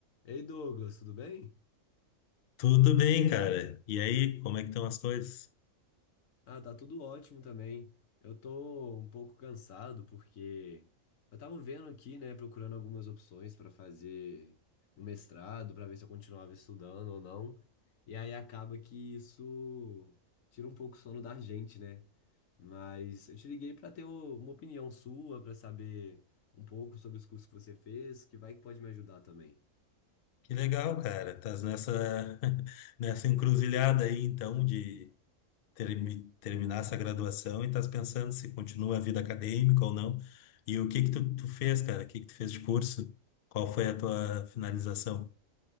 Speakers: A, on the left; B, on the left.
A: Ei Douglas, tudo bem?
B: Tudo bem, cara. E aí, como é que estão as coisas?
A: Ah, tá tudo ótimo também. Eu tô um pouco cansado porque eu tava vendo aqui, né, procurando algumas opções pra fazer um mestrado, pra ver se eu continuava estudando ou não. E aí acaba que isso tira um pouco o sono da gente, né? Mas eu te liguei pra ter o- uma opinião sua, pra saber um pouco sobre os cursos que você fez, que vai que pode me ajudar também.
B: Que legal, cara. Estás nessa <laughs> nessa encruzilhada aí, então, de termi- terminar essa graduação e estás pensando se continua a vida acadêmica ou não. E o que que tu, tu fez, cara? O que que tu fez de curso? Qual foi a tua finalização?